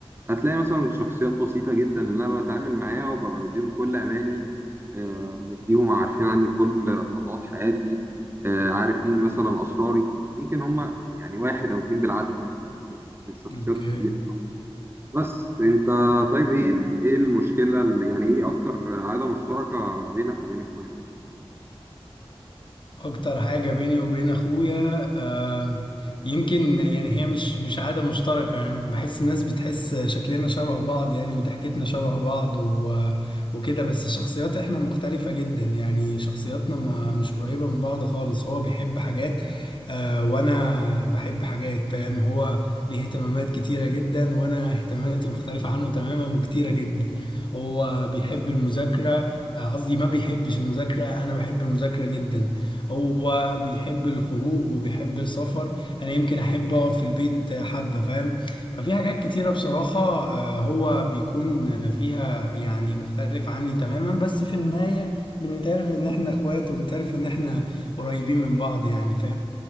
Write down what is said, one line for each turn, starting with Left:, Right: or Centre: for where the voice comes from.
Right: هتلاقي مثلا شخصيات بسيطه جدا اللي انا بتعامل معاها وببقى مديهم كل اماني آه، مديهم عارفين عني كل خطوات حياتي آه، عارفين مثلا اسراري يمكن هم يعني واحد او اتنين بالعدد مش مش شخصيات
Left: اوكي
Right: كتير بس انت طيب ايه ايه المشكله اللي يعني ايه اكتر عاده مشتركه بينك وبين اخواتك
Left: اكتر حاجة بيني وبين اخويا آه يمكن يعني هي مش مش عادة مشتركة يعني بحس الناس بتحس شكلنا شبه بعض يعني وضحكتنا شبه بعض و وكده بس الشخصيات احنا مختلفة جدا يعني شخصياتنا ما مش قريبة من بعض خالص هو بيحب حاجات آه وانا بحب حاجات فاهم هو ليه اهتمامات كتيرة جدا وانا اهتماماتي مختلفة عنه تماما وكتيرة جدا هو بيحب المذاكرة آه، قصدي ما بيحبش المذاكرة انا بحب المذاكرة جدا هو بيحب الخروج وبيحب السفر انا يمكن احب اقعد في البيت حبة فاهم ففي حاجات كتيرة بصراحة آه، هو بيكون فيها يعني مختلف عني تماما بس في النهاية بنتعرف ان احنا اخوات وبنتعرف ان احنا قريبين من بعض يعني